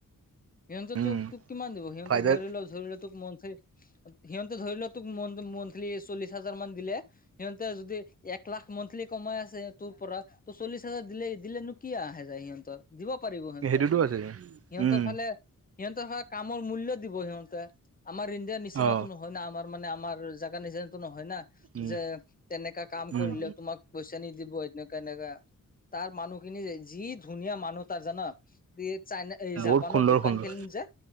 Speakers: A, on the left; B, on the right.
A: সিহঁতে
B: উম
A: তোক তোক কিমান দিব সিহঁত
B: ফাইদাৰ
A: ধৰি ল ধৰিল তোক মনথলি সিহঁতে ধৰি লোৱা তোক মন্ত মান্তলি চল্লিশ হাজাৰ মান দিলে। সিহঁতে যদি এক লাখ মন্থলি কমাই আছে তোৰ পৰা, ত চল্লিশ হাজাৰ দিলে দিলেনো কি আহে যায় সিহঁতৰ। দিব পাৰিব সিহঁতে।
B: সেইটোতো আছে
A: সিহঁতৰ
B: উম
A: ফালে সিহঁতে হয় কামৰ মূল্য দিব সিহঁতে, আমাৰ ইণ্ডিয়া নিচিনাতো
B: অ
A: ন হয় না আমাৰ মানে আমাৰ জেগা নিচিনা নহয় না,
B: উম
A: যে তেনেকা কাম
B: উম
A: কৰিলে তোমাক পইচা নিদিব এনেকা এনেকা। তাৰ মানুহখিনি যে, যি ধুনীয়া মানুহ তাৰ জান। চাইনা
B: বহুত
A: জাপানৰ
B: সুন্দৰ
A: দোকান
B: সুন্দৰ
A: খিনি যে